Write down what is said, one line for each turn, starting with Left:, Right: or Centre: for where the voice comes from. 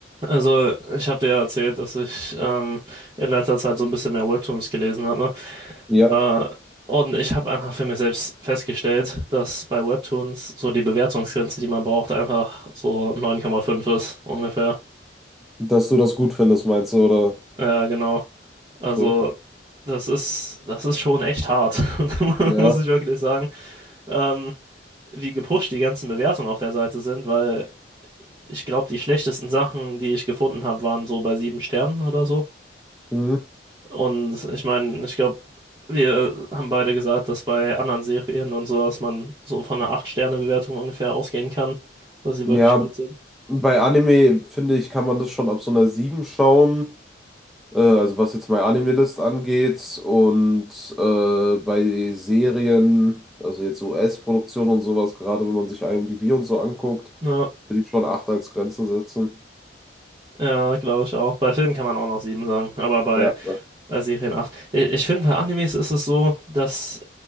Right: Also, ich habe dir ja erzählt, dass ich ähm, in letzter Zeit so ein bisschen mehr Webtoons gelesen habe.
Centre: Ja,
Right: Ne? Äh, und ich habe einfach für mich selbst festgestellt, dass bei Webtoons so die Bewertungsgrenze, die man braucht, einfach so 9,5 ist ungefähr.
Centre: dass du das gut findest, meinst du, oder?
Right: Ja, genau. Also,
Centre: Okay.
Right: das ist, das ist schon echt hart, <laughs>
Centre: Ja.
Right: muss ich wirklich sagen. Ähm, wie gepusht die ganzen Bewertungen auf der Seite sind, weil ich glaube, die schlechtesten Sachen, die ich gefunden habe, waren so bei sieben Sternen oder so.
Centre: Mhm.
Right: Und ich meine, ich glaube, wir haben beide gesagt, dass bei anderen Serien und sowas man so von einer acht sterne bewertung ungefähr ausgehen kann, dass sie
Centre: Ja,
Right: wirklich gut sind.
Centre: bei Anime, finde ich, kann man das schon ab so einer 7 schauen. Äh, also was jetzt meine Anime-List angeht. Und äh, bei Serien, also jetzt US-Produktion und sowas, gerade wenn man sich IMDb und so anguckt,
Right: Ja,
Centre: würde ich schon 8 als Grenze setzen.
Right: ja, glaube ich auch. Bei Filmen kann man auch noch 7 sagen, aber bei,
Centre: Ja, ja.
Right: bei Serien acht Ich, ich finde, bei Animes ist es so, dass